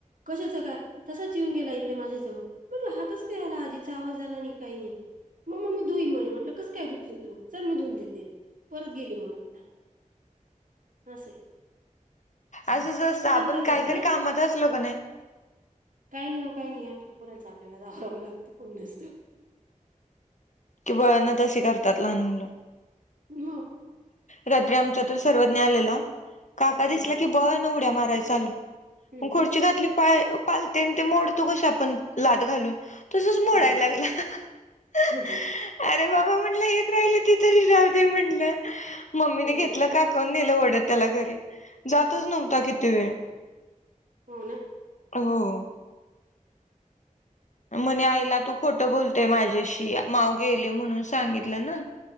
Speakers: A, on the right; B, on the left.
A: कशाचं काय तसाच येऊन गेला इकडे माझ्याजवळ. म्हटलं हा कस काय आला आजीचा आवाज आला नाही काही नाही मग म मी दुई म्हणे म्हटलं कस काय धुतली. तू चल मी धुन देते परत गेली मग आत्ना असय.
B: असंच असतं आपण
A: राहतात
B: काहीतरी
A: बरं
B: कामात असलो क नाही.
A: काही हो नाही हो काही नाही आपल्या पुरांचं आपल्याला आवरावं लागतं कोण नसतं.
B: कि बळण तशी करतात लहान मुलं.
A: मग
B: रात्री आमचा तो
A: त्यांचं,
B: सर्वज्ञ आलेला काका दिसला
A: हम्म,
B: की बळण उड्या माराय चालू.
A: हम्म,
B: मग खुर्ची घातली पाय पालते आणि ते मोडतो कसं आपण लाद घालून. तुसच मोडाय
A: हम्म,
B: लागला हा हा
A: हम्म,
B: हा, अरे बाबा म्हटलं एक राहिले ती तरी राहू दे म्हटलं. मम्मीने
A: हम्म,
B: घेतलं काकून नेलं वडत त्याला घरी जातच नव्हता किती वेळ.
A: हो ना.
B: हो, म्हणे
A: तेच
B: आईला तू खोटं बोलतय माझ्याशी माऊ गेली म्हणून सांगितलं ना.